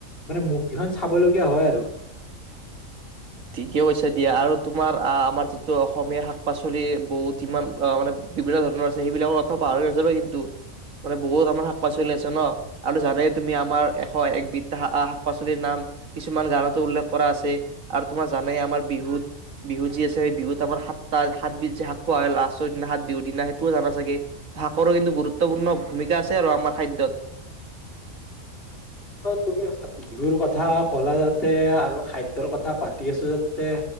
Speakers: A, on the left; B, on the right.
A: মানে মুগকেইখন চাবলগীয়া হয় আৰু।
B: ঠিকে হৈছে দিয়া আৰু তোমাৰ আহ আমাৰ যিটো অসমীয়া শাক পাচলি বহুত যিমান অহ মানে বিভিন্ন ধৰণৰ আছে সেইবিলাক কথা পাহৰি গৈছাএ কিন্তু মানে বহুত আমাৰ শাক পাচলি আছে ন আৰু জানেই তুমি আমাৰ এশ একবিধ শাক পাচলিৰ নাম কিছুমান গানতো উল্লেখ কৰা আছে। আৰু তোমাৰ জানে আমাৰ বিহুত বিহু যি আছে সেই বিহুত আমাৰ সাতটা সাতবিধ যে শাক খোৱা হয় লাষ্টৰ দিনা সাত বিহুৰ দিনা সেইটোও জানা চাগে শাকৰো কিন্তু গুৰুত্বপূৰ্ণ ভূমিকা আছে আৰু আমাৰ খাদ্যত।
A: অ তুমি বিহুৰ কথা কলা যাতে আৰু খাদ্যৰ কথা পাতি আছো যাতে